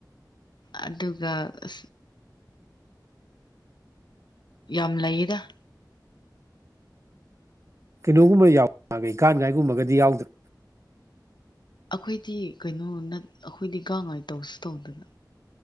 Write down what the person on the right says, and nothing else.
ꯀꯩꯅꯣꯒꯨꯝꯕ ꯌꯥꯎꯒꯩ ꯒꯥꯟꯒꯥꯏꯒꯨꯝꯕꯒꯗꯤ ꯌꯥꯎꯗ꯭ꯔ